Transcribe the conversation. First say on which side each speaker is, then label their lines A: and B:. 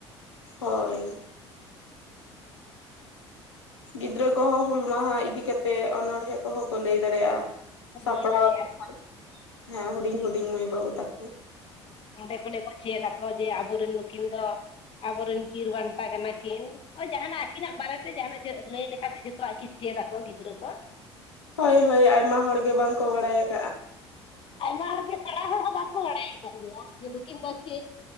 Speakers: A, on the left; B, on the left.
A: ᱦᱳᱭ ᱜᱤᱫᱽᱨᱟᱹ ᱠᱚᱦᱚᱸ ᱦᱩᱞ ᱢᱟᱦᱟ ᱤᱫᱤ ᱠᱟᱛᱮᱫ ᱚᱱᱚᱲ ᱦᱮᱸ ᱠᱚᱦᱚᱸ ᱠᱚ ᱞᱟᱹᱭ ᱫᱟᱲᱤᱭᱟᱜᱼᱟ ᱾ ᱥᱟᱯᱲᱟᱣᱠᱚ
B: ᱞᱟᱹᱭ ᱫᱟᱲᱮᱭᱟᱜᱼᱟ
A: ᱠᱷᱟᱱᱡ ᱦᱮᱸ ᱦᱩᱰᱤᱧ ᱦᱩᱰᱤᱧ ᱢᱟᱹᱭ ᱵᱟᱹᱵᱩ ᱛᱟᱠᱚ ᱾
B: ᱚᱸᱰᱮ ᱠᱷᱚᱱ ᱠᱚ ᱪᱷ <inaudible> ᱫᱟᱠᱚ ᱡᱮ ᱟᱵᱚᱨᱮᱱ ᱱᱩᱠᱤᱱ ᱫᱚ ᱟᱵᱚᱨᱮᱱ ᱵᱤᱨᱵᱟᱱᱴᱟᱜ ᱠᱟᱱᱟ ᱠᱟᱱᱟ ᱠᱤᱱ ᱦᱳᱭ ᱡᱟᱦᱟᱱᱟᱜ ᱟᱹᱠᱤᱱᱟᱜ ᱵᱟᱨᱮᱛᱮ ᱡᱟᱦᱱᱟᱜ ᱞᱟᱹᱭ ᱞᱮᱠᱷᱟᱡ ᱡᱚᱛᱚᱣᱟᱜ ᱠᱤᱱ ᱪᱮᱫ ᱟᱠᱚ ᱜᱤᱫᱽᱨᱟᱹ ᱠᱚ
A: ᱦᱳᱭ ᱦᱳᱭ ᱟᱭᱢᱟ ᱦᱚᱲ ᱜᱮ ᱵᱟᱝ ᱠᱚ ᱵᱟᱲᱟᱭᱟ ᱾
B: ᱟᱭᱢᱟ ᱦᱚᱲᱜᱮ ᱥᱮᱬᱟ ᱦᱚᱲ ᱦᱚᱸ ᱵᱟᱠᱚ ᱵᱟᱲᱟᱭ ᱟᱠᱟᱫ ᱜᱮᱭᱟ ᱡᱮ ᱫᱚ ᱠᱤᱱ ᱫᱚ ᱪᱮᱫ